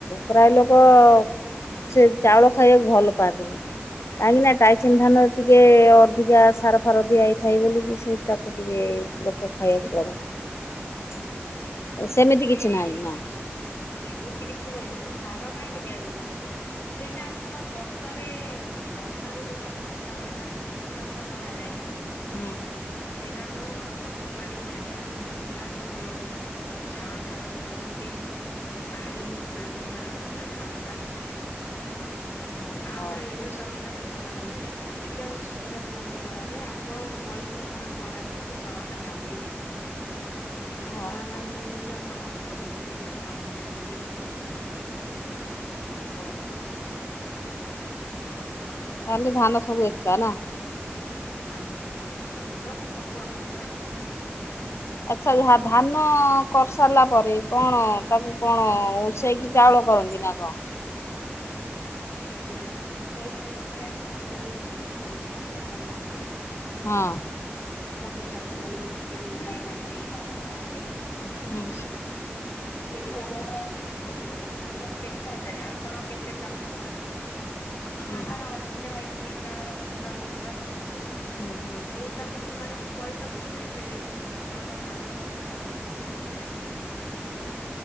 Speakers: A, on the left; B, on the left.
A: ପ୍ରାୟ ଲୋକ ସେ ଚାଉଳ ଖାଇଆକୁ ଭଲ୍ ପାଆନ୍ତିନି କାଇଁକି ନା ଟାଇସିନ୍ ଧାନ ଟିକେ ଅ ଧିକା ସାର ଫାର ଦିଆ ହେଇଥାଏ ବୋଲି କି ସେ ତାକୁ ଟିକେ ଲୋକ ଖାଇବାକୁ ଡରନ୍ତି। ଅ ସେମିତି
B: ନାଇଁ
A: କିଛି ନାଇ ନା।
B: ସେମିତି କିଛି ନାଇଁ ସେ ସାର କାଇଁକି ଦିଆଯିବ। ସେଇଟା ଆମର ବର୍ଷାରେ ବର୍ଷାରେ ଯୋଉଟା ଆମର ଚାଉଳଟା ଅ ଚାଷ କରାଯାଏ
A: ହୁଁ
B: ସେଇଟା ଆପଣଙ୍କର ବର୍ଷା ପାଣି ପଡି ପଡି ପଡି ପଡିକା ସେ ଯୋଉ ଚାଉଳଟା ହୁଏ ସେଟା ସେମିତି ପାଣି ମଣ୍ଢିଲା ରକମର ଚାଉଳ ଟା ହେଇଥାଏ,
A: ଓହୋ
B: ଆଉ ଆପଣ ଏଇ ଯୋଉ ଚାଉଳ ଟା ଚାଷ କରାଯାଏ ଏଇଟା ଶୁଖିଲା ଶୁଖିଲାରେ ଚାଷ କରାଯାଏ ଆପଣଙ୍କ ପରିଶ୍ରମର କରାଯାଏ ସେ ଚାଉଳଟା ଦାମିକିଆ ଚାଉଳ। ଏଇଟା
A: ଓହୋ
B: ନା ମାନେ ନୁହେଁ ଯେ ଆପଣଙ୍କୁ ଭାବିବେ ଏଇଟା କମ୍ ସେମିତି କିଛି
A: ଓହୋ। ତାହେଲେ ଧାନ ସବୁ ଏକା ନା।
B: ଆଜ୍ଞା ଧାନ ସବୁ ଆପଣଙ୍କର ଏକ୍।
A: ଆଚ୍ଛା ଝା ଧାନ କରସାରିଲା ପରେ କଣ ତାକୁ କଣ ଉଁସ୍ ସେଇକି ଚାଉଳ କରନ୍ତି ନା କଣ?
B: ଆଜ୍ଞା ଧାନ କରିସାରିବା ପରେ ଆମର ଯୋଉ ମଣ୍ଡି ଅଛି ଆମ ଗାଁରେ
A: ହଁ।
B: ସବୁ ଚାଷୀ ମାନେ ସେଠିକି ଭାଇ ମାନେ ନେଇକି ଆମର ଯାଆନ୍ତି।
A: ହୁଁ
B: ସେଠି ଆମର ଆପଣଙ୍କର ଦେଖାଯାଏ ଆପଣ କେତେ ଚାଷ କରିଛନ୍ତି।
A: ହୁଁ
B: କାହାର ଅଧିକା ହେଇଚି କାହାର ଫସଲ ଭଲ ହେଇଚି
A: ହୁଁ ହୁଁ
B: ସେଇ ହିସାବରେ ସେମାନଙ୍କୁ ପଇସା ପତ୍ର ବି ମିଳେ। ଆପଣଙ୍କ ଚାଉଳ ସହିତ ସେମାନଙ୍କୁ ପ୍ରାଇସ୍ ବି ଫିକ୍ସ୍ ଥାଏ।